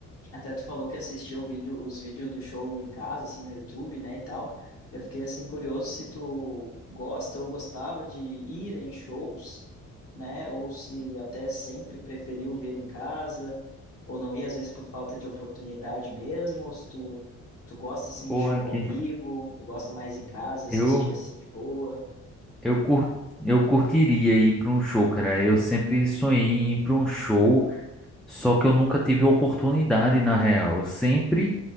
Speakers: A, on the left; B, in the centre.
A: até tu falou que assistiu o vídeo, os vídeos do show em casa, assim, no YouTube, né, e tal. Eu fiquei, assim, curioso se tu gosta ou gostava de ir em shows, né, ou se até sempre preferiu ver em casa, ou não ia, às vezes, por falta de oportunidade mesmo, ou se tu, tu gosta, assim,
B: Porra,
A: de show
B: aqui.
A: ao vivo, ou gosta mais em casa,
B: Eu,
A: assistir, assim, de boa.
B: eu, cur... eu curtiria ir pra um show, cara. Eu sempre sonhei em ir pra um show. Só que eu nunca tive oportunidade, na real. Sempre